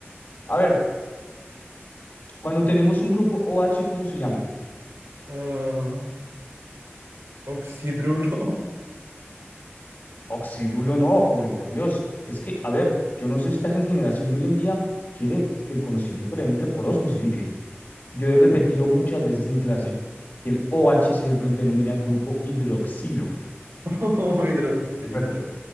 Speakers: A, on the left; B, on the right.
A: A ver, cuando tenemos un grupo OH, ¿cómo se llama?
B: Ah, oxidrulo
A: Oxidrulo no, joven, por Dios. Es que, a ver, yo no sé, si esta gen- generación de hoy en día quiere que el conocimiento le entre por ósmosis. Mire, mire, mire. yo he repetido muchas veces en clase que el OH se re- denomina grupo hidroxilo.
B: <laughs> o hidroxilo.
A: Rep-